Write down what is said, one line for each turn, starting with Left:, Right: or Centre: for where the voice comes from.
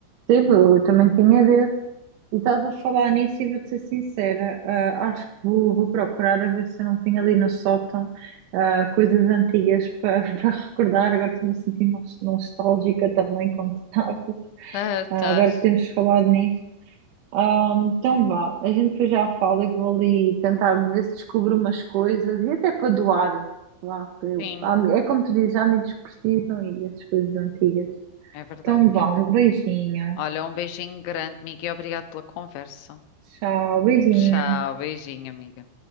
Right: percebo, eu também tinha desse. E estás a falar nisso e vou-te ser sincera. ah, acho que vou, vou procurar a ver se eu não tenho ali no sótão ah, coisas antigas para <laughs> para recordar. Agora estou-me a sentir nos- nostálgica também, como tu estavas.
Left: Tá,
Right: Ah,
Left: tá.
Right: agora que temos falado nisso. Ah, então vá, a gente depois já fala. Eu vou ali tentar ver se descubro umas coisas e até para doar. Vá, porque eu-
Left: Sim,
Right: há- é como tu dizes, há amigos que precisam e essas coisas antigas.
Left: é verdade,
Right: Então
Left: amiga.
Right: vá, um beijinho.
Left: Olha, um beijinho grande, amiga, e obrigado pela conversa.
Right: Tchau, beijinho.
Left: Tchau, beijinho, amiga.